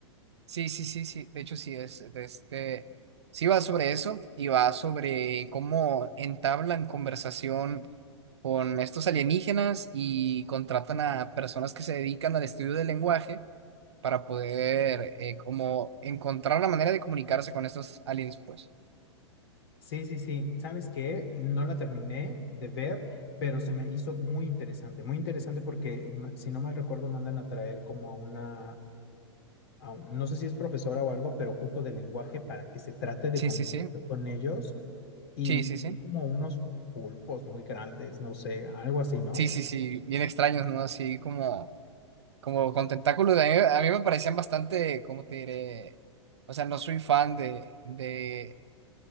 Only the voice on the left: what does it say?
Sí, sí, sí. ¿Sabes qué? No la terminé de ver, pero se me hizo muy interesante, muy interesante porque, ma- si no mal recuerdo, mandan a traer como a una, a un- no sé si es profesora o algo, pero justo de lenguaje para que se trate de
comunicar
con ellos y
como unos pulpos muy grandes, no sé, algo así, ¿no?